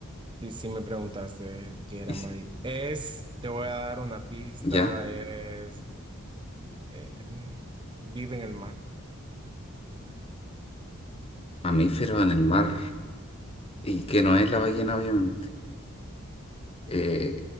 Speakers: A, on the right (about 20°); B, on the left (about 25°).
A: Y si me preguntaste qué era
B: Y sí,
A: Mari, es, te voy a dar una pista,
B: ya.
A: es, eh, mm, vive en el mar.
B: Mamíferos en el mar y que no es la ballena, obviamente. Eh,